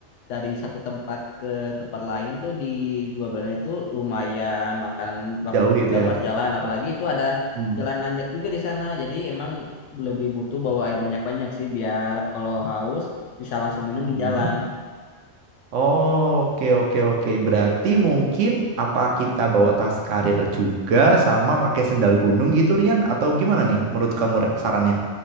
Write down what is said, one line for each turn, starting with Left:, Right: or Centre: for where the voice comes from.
Left: dari satu tempat ke tempat lain tuh di Gua Bana itu lumayan makan waktu
Right: Jauh gitu
Left: juga
Right: ya.
Left: pas jalan apalagi itu ada
Right: Hmm.
Left: jalan nanjak juga di sana jadi emang lebih butuh bawa air banyak-banyak sih biar kalau haus bisa langsung minum
Right: Hmm.
Left: di jalan.
Right: Oke, oke, oke. Berarti mungkin apa kita bawa tas karir juga sama pakai sendal gunung gitu, Rian? Atau gimana nih menurut kamu Ra- sarannya?